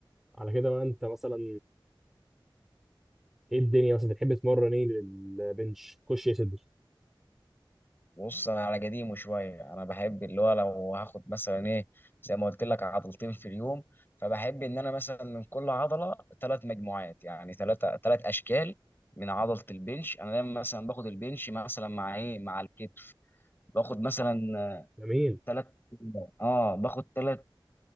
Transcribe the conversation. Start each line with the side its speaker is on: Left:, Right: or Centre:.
Centre: على كده بقى انت مثلا ايه الدنيا مثلا بتحب تتمرن ايه للبنش تخش يا صدر
Left: بص انا على قديمه شويه انا بحب اللي هو لو هاخد مثلا ايه زي ما قلت لك عضلتين في اليوم فبحب ان انا مثلا من كل عضله ثلاث مجموعات يعني ثلاثه ثلاث اشكال من عضله البنش انا دايما مثلا باخد البنش مثلا مع ايه مع الكتف باخد مثلا
Centre: جميل
Left: ثلاث اه باخد ثلاث